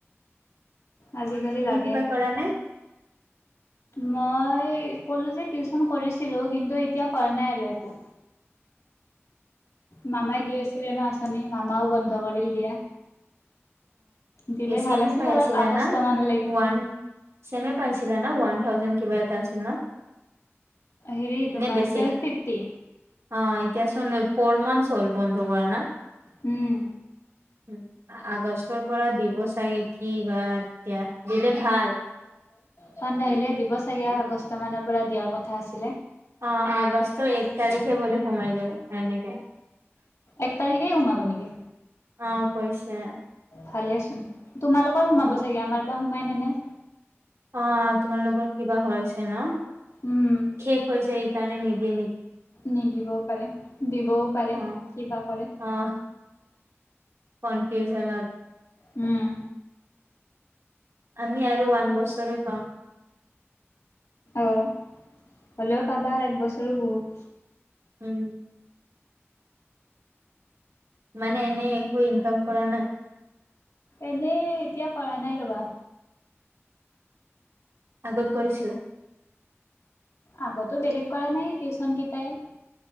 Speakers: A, on the left; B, on the right.
A: আজিকালি
B: তুমি
A: লাগে।
B: কিবা কৰা নে
A: মই এই ক'লো যে টিউচন কৰিছিলোঁ কিন্তু এতিয়া কৰা নাই আৰু একো। মামাই দি আছিলে ন' আঁচনি, মামাও বন্ধ কৰিল দিয়া। দিলে
B: এ, ছেমে
A: ভাল আছিল
B: পাইছিলিলানা,
A: অলপ আগষ্ট মানলৈকে
B: ৱান ছেমে পাইছিলিলা না ৱান থাউজেণ্ড কিবা এটা আছিল ন'।
A: হেৰি তোমাৰ
B: নে বেছি
A: টুৱেলভ ফিফটি।
B: অ' এতিয়াচোন ফৰ মান্থচ হ'ল বন্ধ কৰা না?
A: উম।
B: উম, আগষ্টৰ পৰা দিব চাগে, কি বা, এতিয়া দিলে ভাল।
A: ফাণ্ড আহিলে দিব চাগে আগষ্ট মানৰ পৰা দিয়াৰ কথা আছিল।
B: অ' আগষ্টৰ এক তাৰিখে বুলে সোমাই যাব এনেকে।
A: এক তাৰিখে সোমাব নেকি?
B: অ' কৈছে।
A: ভালেইচোন। তোমালোকৰ সোমাব
B: অ
A: চাগে, আমাৰ বা সোমাই নে নাই।
B: অ' তোমালোকৰ কিবা হৈছে ন'?
A: উম
B: শেষ হৈছে এইকাৰণে নিদিয়ে নেকি।
A: নিদিবও পাৰে, দিবওঁ পাৰে,
B: অ
A: কিবা কৰে।
B: অ কনফিউজনত
A: উম।
B: আমি আৰু ওৱান বছৰে পাম।
A: অ'। হ'লেও পাবা, এক বছৰো বহুত।
B: উম। মানে এনে একো ইনকম কৰা নাই।
A: এনেই এতিয়া কৰা নাই ৰবা।
B: আগত কৰিছিলা?
A: আগতো বেলেগ কৰা নাই, টিউচন কেইটাই।